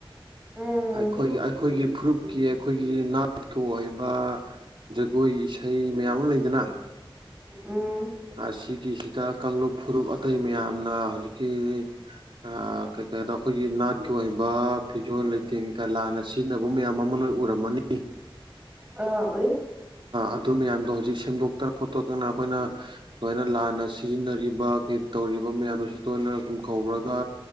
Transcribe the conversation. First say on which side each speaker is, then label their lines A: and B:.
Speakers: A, on the right (about 15°); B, on the right (about 60°).
A: ꯎꯝ
B: ꯑꯩꯈꯣꯏꯒꯤ ꯑꯩꯈꯣꯏꯒꯤ ꯐꯨꯔꯨꯞꯀꯤ ꯑꯩꯈꯣꯏꯒꯤ ꯅꯥꯠꯀꯤ ꯑꯣꯏꯕ ꯖꯒꯣꯏ ꯏꯁꯩ ꯃꯌꯥꯝ ꯑꯃ ꯂꯩꯗꯅ
A: ꯎꯝ
B: ꯑꯁꯤꯒꯤꯁꯤꯗ ꯀꯥꯡꯂꯨꯞ ꯐꯨꯔꯨꯞ ꯑꯇꯩ ꯃꯌꯥꯝꯅ ꯍꯧꯖꯤꯛꯀꯤ ꯑ ꯀꯩ ꯀꯩꯗ ꯑꯩꯈꯣꯏꯒꯤ ꯅꯥꯠꯀꯤ ꯑꯣꯏꯕ ꯐꯣꯟ ꯂꯩꯇꯦꯡ ꯀ ꯂꯥꯟꯅ ꯁꯤꯖꯤꯟꯅꯕ ꯃꯌꯥꯝ ꯑꯃ ꯅꯣꯏ ꯎꯔꯝꯃꯅꯤ
A: ꯑꯥ ꯑꯣꯏ
B: ꯑꯗꯨ ꯃꯌꯥꯝꯗꯣ ꯍꯧꯖꯤꯛ ꯁꯦꯝꯗꯣꯛꯇꯅ ꯈꯣꯠꯇꯣꯛꯇꯅ ꯑꯩꯈꯣꯏꯅ ꯂꯣꯏꯅ ꯂꯥꯟꯅ ꯁꯤꯖꯤꯟꯅꯔꯤꯕ ꯀ ꯇꯧꯔꯤꯕ ꯃꯌꯥꯝꯗꯨꯁꯨ ꯇꯣꯏꯅ ꯁꯨꯝ ꯀꯧꯔꯒ